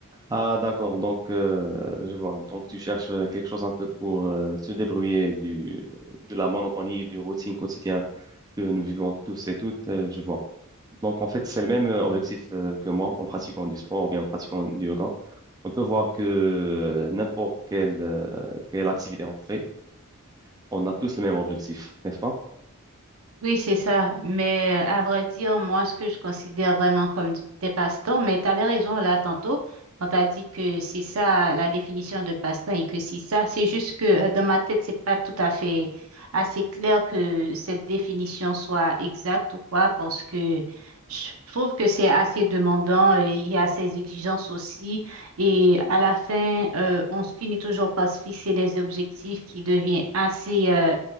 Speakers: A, on the right (about 15°); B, on the right (about 70°).
A: Ah, d'accord, donc euh, je vois. Donc tu cherches euh, quelque chose un peu pour euh, se débrouiller du, de la monotonie, du routine quotidien que nous vivons tous et toutes, euh, je vois. Donc, en fait, c'est le même euh, objectif euh, que moi en pratiquant du sport ou bien en pratiquant du yoga. On peut voir que euh, n'importe quelle, euh, quelle activité on fait, on a tous le même objectif, n'est-ce pas?
B: Oui, c'est ça. Mais euh, à vrai dire, moi, ce que je considère vraiment comme du- des passe-temps, mais tu avais raison là tantôt, quand tu as dit que c'est ça la définition de passe-temps et que c'est ça, c'est juste que euh, dans ma tête, c'est pas tout à fait assez clair que cette définition soit exacte ou quoi, parce que je trouve que c'est assez demandant, euh, il y a ces exigences aussi, et à la fin, euh, on se finit toujours par se fixer des objectifs qui deviennent assez euh,